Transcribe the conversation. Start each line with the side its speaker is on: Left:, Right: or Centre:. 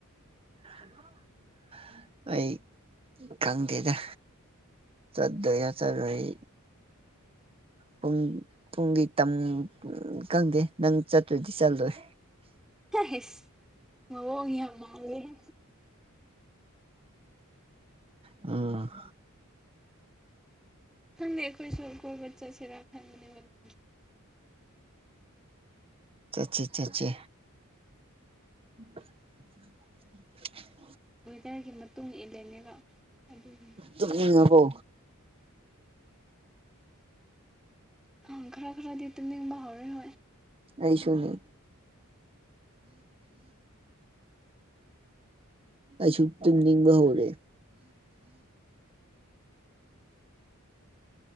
Right: <inaudible> ꯑꯩ ꯈꯪꯗꯦꯗ ꯆꯠꯇꯠꯇꯣꯏꯔ ꯆꯠꯂꯣꯏ ꯄꯨꯡ ꯄꯨꯡ ꯗꯤ ꯇꯥꯝ ꯈꯪꯗꯦ ꯅꯪ ꯆꯠꯇ꯭ꯔꯗꯤ ꯆꯠꯂꯣꯏ
Centre: ꯑꯩꯁ ꯃꯥꯑꯣꯡ ꯌꯥꯝ ꯃꯥꯜꯂꯦꯍꯦ
Right: ꯎꯝ
Centre: ꯈꯪꯗꯦ ꯑꯩꯈꯣꯏꯁꯨ ꯀꯣꯏꯕ ꯆꯠꯁꯤꯔꯥ ꯈꯟꯕꯅꯦ ꯑꯗꯨꯝ
Right: ꯆꯠꯁꯦ ꯆꯠꯁꯦ <inaudible>
Centre: ꯋꯦꯗꯔꯒꯤ ꯃꯇꯨꯡ ꯏꯜꯂꯅꯦꯕ ꯑꯗꯨꯒꯤ
Right: ꯇꯨꯝꯅꯤꯡꯉꯥꯕꯣ
Centre: ꯑꯥ ꯈꯔ ꯈꯔꯗꯤ ꯇꯨꯝꯅꯤꯡ ꯍꯧꯔꯦ ꯍꯣꯢ
Right: ꯑꯩꯁꯨꯅꯤ ꯑꯩꯁꯨ ꯇꯨꯝꯅꯤꯡꯕ ꯍꯧꯔꯦ